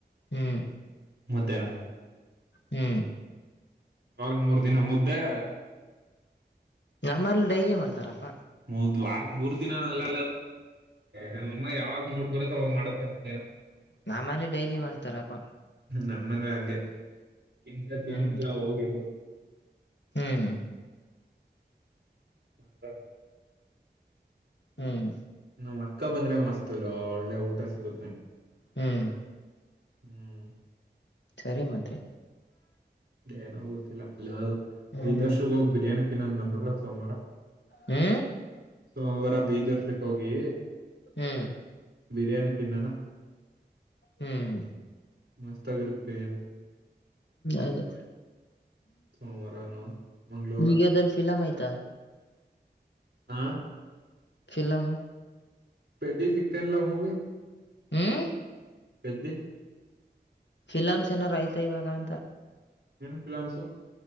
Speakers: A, on the left (about 85°); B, on the right (about 80°).
A: ಹ್ಮ್
B: ಮುದ್ದೆನ
A: ಹ್ಮ್
B: ವರ್ಗ್ ಮೂರ್ ದಿನ ಮುದ್ದೆ
A: ನಮ್ಮಲ್ಲಿ ಡೈಲಿ ಮಾಡ್ತಾರಪ್ಪಾ
B: ಮೂ ವಾರಕ್ ಮೂರು ದಿನ ಲ್ಲ ನಮ್ಮಮ್ಮ ಯಾವಾಗ ಮೂಡ್ ಬರುತ್ತೆ ಅವಾಗ ಮಾಡತ್ತೆ ಮುದ್ದನ
A: ನನೆ ಡೈಲಿ ಮಾಡ್ತಾರಪ್ಪ
B: ನಮ್ಮನ್ ಹಂಗೆ ಇಿಂದ ತಿನ್ನುದಿಲ್ಲ
A: ಹ್ಮ್
B: ಹೋಗಿದ್ದು
A: ಹ್ಮ್
B: ಹ
A: ಹ್ಮ್
B: ನಮ್ಮ್ ಅಕ್ಕ ಬಂದ್ರೆ ಮಸ್ತಲ್ಲ ಒಳ್ಳೆ ಊಟ ಸಿಗುತ್ತ ನಂಗೆ
A: ಹ್ಮ್
B: ಹ್ಮ್
A: ಸರಿ ಮತ್ತೆ
B: ಏನೋ ಗೊತ್ತಿಲ್ಲಲ್ಲ
A: ಹ್ಮ್
B: ವಿದರ್ಶಗ ಹೋಗ್ ಬಿರಿಯಾನಿ ತಿನ್ನದ್ ಬಂದರಲ್ಲ ಸೋಮವಾರ
A: ಹ್ಮ
B: ಸೋಮವಾರ ಬೀದರ್ಷಕ್ ಹೋಗಿ
A: ಹ್ಮ್
B: ಬಿರಿಯಾನಿ ತಿನ್ನಣ
A: ಹ್ಮ್
B: ಮಸ್ತ ಆಾಗಿರುತ್ತೆ ನೆ
A: ಅದೇ
B: ಸೋಮವಾರನು ಮಂಗಳವಾರ
A: ಈಗದ್ರ ಫಿಲಮ್ ಆಯ್ತಾ
B: ಹಾ
A: ಲಮ
B: ಪ್ರತಿ ಸಿಗ್ತೇನಲ್ಲ ಮೂವಿ
A: ಹ್ಮ್
B: ಪೆ್ದ
A: ಫಿಲಮ್ಸ್ ಏನಾರ್ ಆಯ್ತಾ ಇವಾಗ ಅಂತ
B: ಏನುಫಲಾಂಸು